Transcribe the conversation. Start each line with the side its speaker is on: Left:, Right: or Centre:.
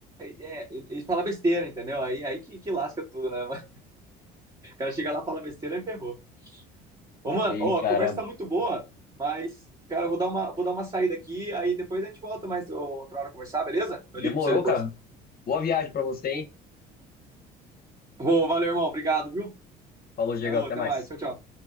Right: é, eles falam besteira, entendeu? Aí, aí que, que lasca tudo, né? Mas O cara chega lá, fala besteira e ferrou. Ô, mano,
Left: Ei,
Right: ó,
Left: caramba.
Right: a conversa tá muito boa, mas, cara, eu vou dar uma, vou dar uma saída aqui, aí depois a gente volta mais outra hora conversar, beleza? Eu
Left: Demorou,
Right: ligo pra você depois.
Left: cara. Boa viagem pra você, hein?
Right: Ô, valeu, irmão, obrigado, viu?
Left: Falou, Diego,
Right: Alô,
Left: até
Right: até
Left: mais.
Right: mais, tchau, tchau.